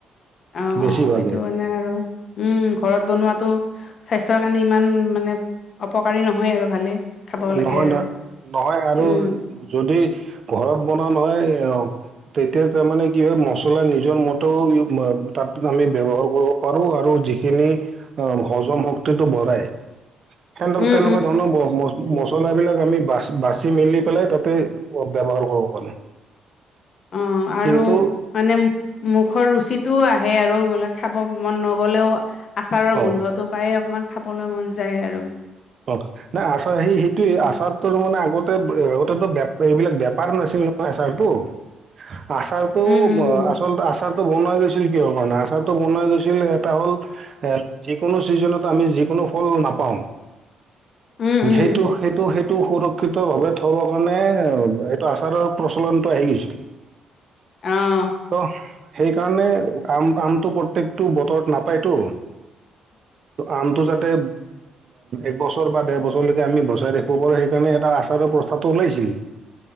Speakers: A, on the left; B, on the right.
A: অ
B: বেছিভাগে
A: অ এইটো মানে আৰু উম ঘৰত বনোৱাাতটো স্বাস্থ্যৰ কাৰণে ইমান মানে অপকাৰী নহয় আৰু ভালেই খাব লাগে
B: নহয়
A: আৰু
B: নহয় নহয় আৰু
A: উম
B: যদি ঘৰত বনোৱা নহয় এ তেতিয়া তাৰমানানে কি হয় মছলা নিজৰ মতেও তাত আমি ব্যৱহাৰ কৰিব পাৰো আৰু যিখিনি অ হজম শক্তিটো বঢ়াই সেনে
A: উম
B: তেনেকুৱা ধৰণৰ ব বস্তু মচলাবিলাক
A: উম
B: আমি বা বাচি মেলি
A: উম
B: পেলাই তাতে ব্যৱহাৰ কৰিব পাৰোঁ
A: অ আৰু
B: কিন্তু
A: মানে মুখৰ ৰুচিত টো আহে আৰু মানে খাব মন নগ'লেও আচাৰৰ
B: অঁ
A: গোন্ধটো পায় অকমান খাবলৈ মন যায় আৰু
B: অ নাই আচাৰ সেই সেইটোে
A: উম,
B: আচাৰো মানে আগতে আগতেটো এইবিলাক বেপাৰ নাছিল আচাৰটো আচলতে
A: উম,
B: আচাৰটো বনাই থৈছিল কিয় মানে আচাৰটো বনাই থৈছিল এটা হল যিকোনো চিজনত আমি যিকোনো ফল নাপাওঁ
A: উম, উম,
B: সেইটো সেইটো সেইটো টো সুৰক্ষিত ভাৱে থবৰ কাৰণে এইটো আচাৰৰ প্ৰচলনটো আহি গৈছিল
A: অ
B: ত সেইকাৰণে কাম কামটো প্ৰত্যেকটো বতৰত নাপায়তো আমটো যাতে এক বছৰ বা ডেৰ বছৰলৈকে আমি বচাই ৰাখিব পাৰোঁ সেইকাৰণে এটা আচাৰৰ প্ৰস্তাৱটো ওলাইছিল